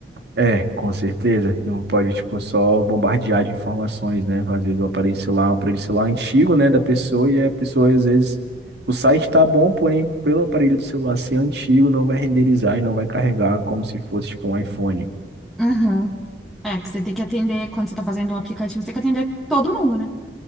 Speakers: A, on the right; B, in the centre.
A: É, com certeza, não pode, tipo, só bombardear de informações, né, às vezes o aparelho celular, o aparelho celular é antigo, né, da pessoa, e a pessoa, às vezes, o site tá bom, porém, pelo aparelho do celular ser antigo, não vai renderizar e não vai carregar como se fosse, tipo, um iPhone.
B: Uhum. É, que você tem que atender, quando você está fazendo um aplicativo, você tem que atender todo mundo, né?